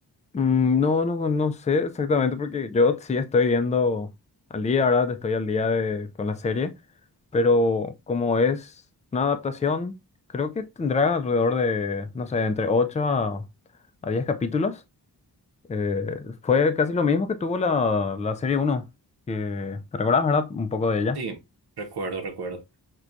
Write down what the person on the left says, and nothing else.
Mm, no, no, no sé exactamente porque yo sí estoy viendo al día, ¿verdad? Estoy al día de, con la serie. Pero como es una adaptación, creo que tendrá alrededor de, no sé, entre 8 a, a 10 capítulos. Eh, fue casi lo mismo que tuvo la, la serie uno. que te recuerdas, ¿verdad? Un poco de ella.